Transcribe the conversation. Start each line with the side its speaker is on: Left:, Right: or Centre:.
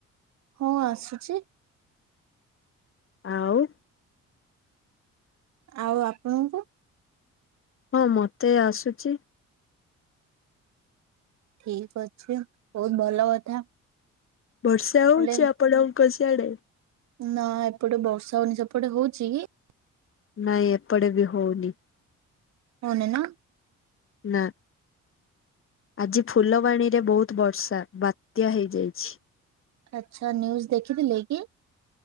Right: ହଁ ଆସୁଛି।
Left: ଆଉ
Right: ଆଉ ଆପଣଙ୍କୁ?
Left: ହଁ ମତେ ଆସୁଛି।
Right: ଠିକ ଅଛି ବହୁତ ଭଲ କଥା।
Left: ବର୍ଷା ହଉଛି
Right: ହେଲେ
Left: ଆପଣଙ୍କ ସିଆଡେ?
Right: ନା ଏପଟେ ବର୍ଷା ହଉନି ସେପଟେ ହଉଛି କି?
Left: ନାଇଁ ଏପଟେ ବି ହଉନି।
Right: ହଉନି ନା?
Left: ନା। ଆଜି ଫୁଲବାଣୀ ରେ ବହୁତ ବର୍ଷା ବାତ୍ୟା ହେଇଯାଇଛି।
Right: ଆଚ୍ଛା ନିନ୍ୟୁଜ ଦେଖିଥିଲେ କି?